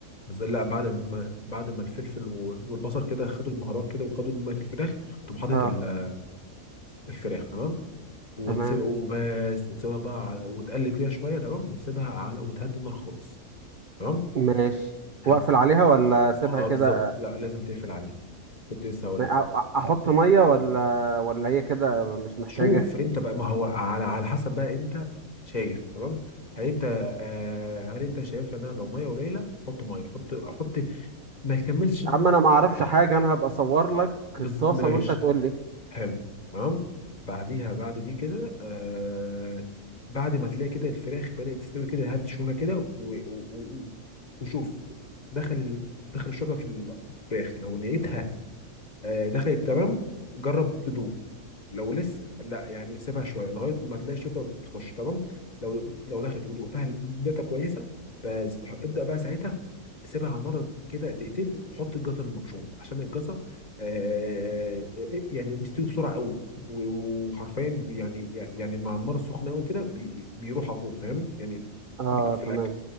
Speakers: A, on the left; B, on the right.
A: بس ده- لا بعد ما بعد ما الفلفل و- والبصل كده خدوا البهارات كده وخدوا ميه الفراخ تقوم حاطط
B: اه
A: ال- الفراخ تمام وتسيب
B: تمام
A: وبس وتسيبها بقى على وتقلب كده شويه تمام وتسيبها على وتهدي النار خالص تمام
B: ماشي
A: هت
B: واقفل عليها ولا اسيبها
A: اه
B: كده
A: بالظبط لا لازم تقفل عليها كنت لسه هقول
B: ما-
A: لك
B: أ- احط مية ولا ولا هي كده مش محتاجة
A: شوف انت بقى ما هو على على حسب بقى انت شايف تمام هل انت آه هل انت شايف ان انا لو ميه قليله حط ميه حط حط ما يكملش
B: اما انا ما اعرفش حاجة انا هبقى اصور لك
A: بز-
B: الطاسة
A: ماشي
B: وانت تقول لي
A: حلو تمام بعديها بعد دي كده آه بعد ما تلاقي كده الفراخ بدأت تستوي كده هات شوكة كده و- و- و- وشوف دخل ال- دخل الشوكة في ال- في الفراخ لو لقيتها آه دخلت تمام جرب تدوق لو لسه لا يعني سيبها شويه لغايه ما تلاقي الشوكه بتخش تمام لو لو دخلت ودقتها دقتها كويسه بس ابدا بقى ساعتها سيبها على النار كده دقيقتين وحط الجزر المبشور عشان الجزر آه آه، يعني بيستوي بسرعه قوي و- وحرفيا بي- يعني يعني مع النار السخنه قوي كده بي بيروح على طول فاهم يعني
B: اه
A: بيدوب في الاكل
B: تمام